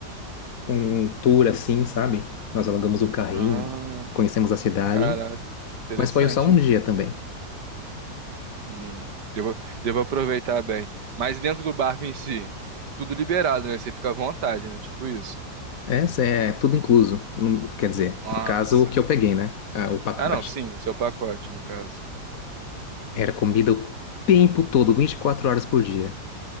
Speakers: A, on the left (about 55°); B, on the right (about 75°).
A: um um tour assim, sabe? Nós alugamos o carrinho,
B: Ah,
A: conhecemos a cidade,
B: caraca. Interessante,
A: mas foi só um
B: hein?
A: dia também.
B: Hum, devo, devo aproveitar bem. Mas dentro do barco em si, tudo liberado, né? Você fica à vontade, né? Tipo isso.
A: Essa é tudo incluso, Não- quer dizer,
B: Nossa.
A: no caso o que eu peguei, né? Ah, o pacote.
B: Ah, não, sim, o seu pacote, no caso.
A: Era comida o tempo todo, 24 horas por dia.